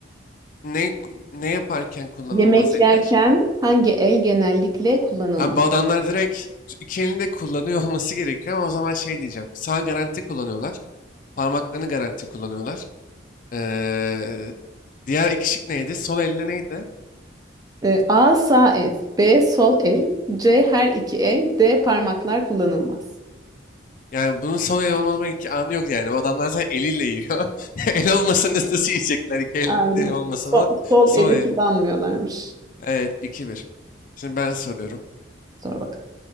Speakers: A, on the left; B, on the right.
A: Ne, ne yaparken kullanılmaz
B: Yemek
A: eller?
B: yerken hangi el genellikle kullanılmaz?
A: Abi bu adamlar direkt iki elinde kullanıyor olması gerekiyor ama o zaman şey diyeceğim. Sağ garanti kullanıyorlar. Parmaklarını garanti kullanıyorlar. Eee, diğer iki şık neydi? Sol elle neydi?
B: Ee, A sağ el, B sol el, C her iki el, D parmaklar kullanılmaz.
A: Yani bunun sol el olmama iki anı yok yani. Bu adamlar zaten eliyle yiyor. <laughs> El olmasa nasıl nasıl yiyecekler? İki elde
B: Aynen.
A: olmasa
B: So-
A: falan.
B: sol
A: Sol
B: eli
A: el.
B: kullanmıyorlarmış.
A: Evet iki bir. Şimdi ben soruyorum.
B: Sor bakalım.